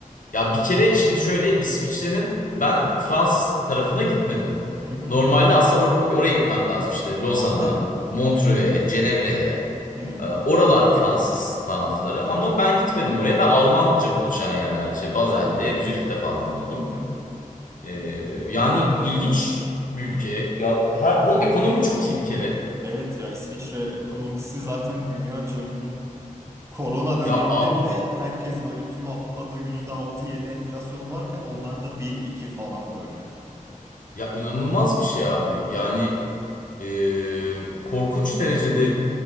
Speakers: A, on the left (about 70°); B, on the right (about 20°).
A: ya bir kere şimdi şöyle İsviçre'nin ben Fransız tarafına gitmedim.
B: Hı hı.
A: Normalde aslında or- oraya gitmem lazım işte Lozan'a,
B: <laughs>
A: Montreux'e, Cenevre'ye.
B: Hı
A: Ee, oralar Fransız tarafları ama ben gitmedim oraya. Ben Almanca konuşan yerlerde işte Basel'de, Zürih'te falan oldum.
B: hı. hı.
A: Ee, yani ilginç bir ülke. Ya her oğlum ekonomi çok iyi bir kere.
B: Evet ya İsviçre ekonomisi zaten dünyaca ünlü. Korona döneminde
A: Ya a-
B: bile herkes böyle tüm Avrupa'da yüzde altı yedi enflasyon varken onlarda bir iki falan böyle.
A: ya inanılmaz bir şey abi. Yani e, korkunç derecede